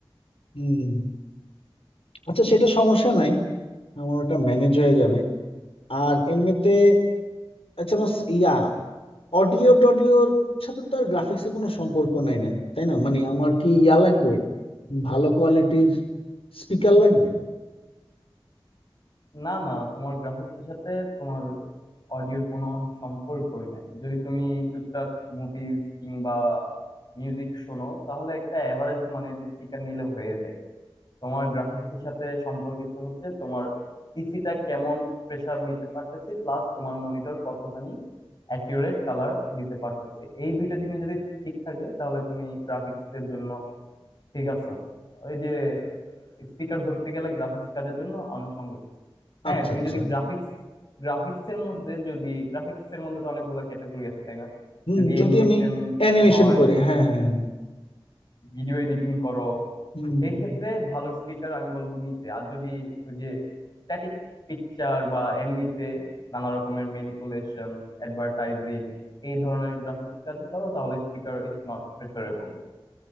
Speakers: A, on the left; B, on the left.
A: হুম আচ্ছা সেটা সমস্যা নাই আমার ওটা ম্যানেজ হয়ে যাবে আর এমনিতে আচ্ছা আমার স- ইয়া অডিও টডিওর সাথে তো আর গ্রাফিক্স এর কোনো সম্পর্ক নাই না তাই না মানে আমার কি ইয়া লাগবে ভালো কোয়ালিটির স্পিকার লাগবে
B: না না তোমার গ্রাফিক্সের সাথে তোমার অডিওর কোনো সম্পর্কই নাই যদি তুমি টুকটাক মুভিজ কিংবা মিউজিক শোনো তাহলে একটা অ্যাভারেজ মানের স্পিকার নিলে হয়ে যায় তোমার গ্রাফিক্সের সাথে সম্পর্কিত হচ্ছে তোমার পিসিটা কেমন প্রেসার নিতে পারতেছি প্লাস তোমার মনিটর কতখানি অ্যাকিউরেট কালার দিতে পারতেছে এই দুইটা জিনিস যদি ঠিক থাকে তাহলে তুমি গ্রাফিক্সের জন্য ঠিক আছো ওই যে স্পিকার ধরতে গেলে গ্রাফিক্স কাজের জন্য আনুষঙ্গিক হ্যাঁ
A: আচ্ছা
B: তুমি
A: আচ্ছা
B: যদি গ্রাফিক্স গ্রাফিক্স এর মধ্যে যদি গ্রাফিক্স এর মধ্যে তো অনেকগুলো ক্যাটাগরি আছে তাই না
A: হুম
B: যদি অ্যানিমেশন
A: যদি আমি অ্যানিমেশন
B: হয়
A: করি হ্যাঁ হ্যাঁ হ্যাঁ
B: ভিডিও এডিটিং করো
A: হুম
B: সেই ক্ষেত্রে ভালো স্পিকার আমি বলবো নিতে আর যদি ওই যে স্ট্যাটিক পিকচার বা এমনিতে নানা রকমের ম্যানিপুলেশন অ্যাডভার্টাইজিং এই ধরনের গ্রাফিক্স কাজ করো তাহলে স্পিকার ইজ নট প্রেফারেবল